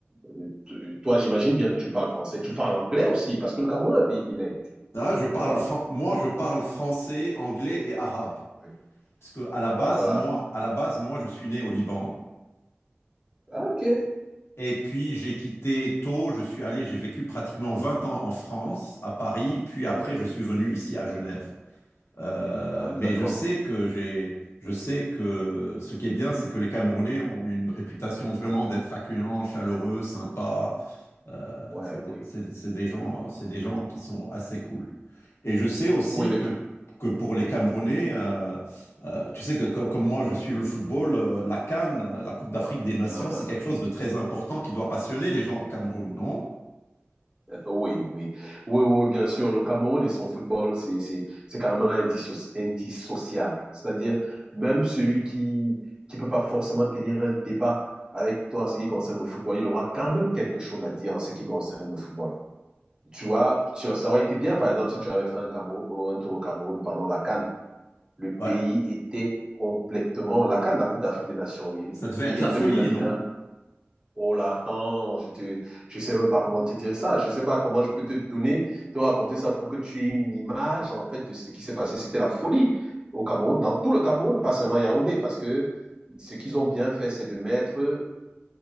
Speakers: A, on the right; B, on the left.
A: Euh, t- Toi, j'imagine bien que tu parles français. Tu parles anglais aussi, parce que le Cameroun est un pays bilingue,
B: Ah, je parle
A: tu vois.
B: fran- Moi,
A: Si.
B: je parle français, anglais et arabe.
A: Oui.
B: Parce que à la base,
A: Bah voilà.
B: moi, à la base, moi, je suis né au Liban.
A: Ah, ok.
B: Et puis j'ai quitté tôt, je suis allé, j'ai vécu pratiquement 20 ans en France, à Paris, puis après
A: Oui.
B: je suis venu ici à Genève. Euh,
A: Ah,
B: mais
A: d'accord.
B: je sais que j'ai, je sais que ce qui est bien, c'est que les Camerounais ont une réputation vraiment d'être accueillants, chaleureux, sympas. Euh,
A: Ouais,
B: c'est
A: oui.
B: c'est- c'est des gens, c'est des gens qui sont assez cool. Et je sais aussi
A: Oui, les...
B: que, que pour les Camerounais, euh, euh, tu sais que co- comme moi, je suis le football, euh, la CAN, euh, la Coupe d'Afrique
A: Ah,
B: des Nations,
A: ah,
B: c'est
A: ah.
B: quelque chose de très important qui doit passionner les gens au Cameroun, non?
A: Oui, oui, oui, oui, oui, bien sûr. Le Cameroun et son football, c'est, c'est, c'est carrément indisso- indissociable. C'est-à-dire, même celui qui qui peut pas forcément tenir un débat avec toi en ce qui concerne le football, il aura quand même quelque chose à dire en ce qui concerne le football. Tu vois, tu- ça aurait été bien, par exemple, si tu avais fait un, Cameroun, un tour au Cameroun pendant la CAN. Le pays
B: Ouais.
A: était complètement, la CAN, la Coupe d'Afrique des Nations, oui. Le
B: Ça devait
A: pays
B: être la
A: en deux
B: folie,
A: mille vingt
B: non?
A: et un. Oh là, attends, je te, je sais même pas comment te dire ça. Je sais pas comment je peux te donner, te raconter ça pour que tu aies une image, en fait, de ce qui s'est passé. C'était la folie au Cameroun, dans tout le Cameroun, pas seulement à Yaoundé, parce que ce qu'ils ont bien fait, c'est de mettre euh,